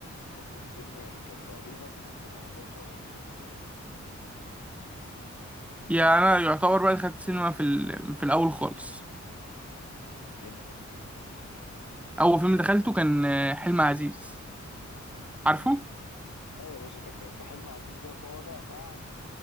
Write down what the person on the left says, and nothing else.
اول فيلم يعني كان تقريبا 2011 2012
امتى
لا يا باشا ده كان ده حلم عزيز ده طالع بعد